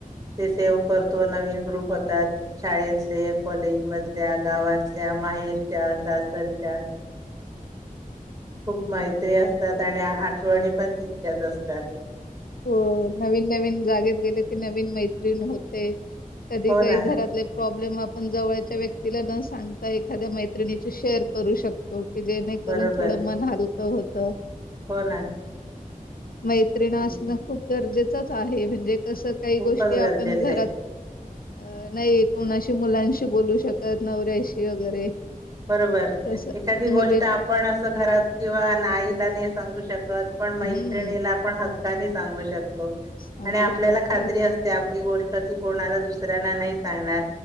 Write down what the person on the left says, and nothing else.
हो नवीन नवीन जागेत गेल की, नवीन मैत्रीण होते. कधी
काही
घरातले प्रॉब्लेम आपण जवळच्या व्यक्तीला न सांगता, एखाद्या मैत्रिणीशी शेअर करू शक तो. की जेणे करून
थोडं मन हाल क होत.
मैत्रिण अश
खूप गरजेचच आहे म्हणजे कसं काही
गोष्टी
आपण घरात
अ नाही कोणाशी मुलांशी बोलू शकत नवऱ्याशी वगैरे
तसं.
मुलीं
हं.
सांगू
शकतो.